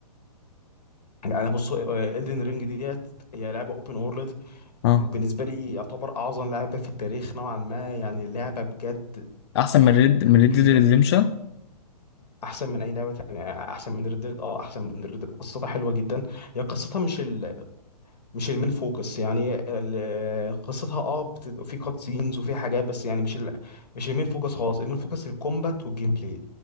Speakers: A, on the left (about 85°); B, on the left (about 40°).
A: انا بص ايدن رينج ديت هي لعبه اوبن وورلد
B: اه
A: وبالنسبة لي يعتبر أعظم لعبة في التاريخ نوعا ما يعني اللعبة بجد
B: احسن من ريد من ريد
A: كبيرة
B: ديد ريديمشن
A: أحسن من أي لعبة تانية أحسن من ردد أه أحسن من ردد قصتها حلوة جدا هي قصتها مش ال... مش المين فوكس يعني ال... قصتها أه بت... في كات سينز وفي حاجات بس يعني مش ال... مش المين فوكس خالص المين فوكس الكومبات والجيم بلاي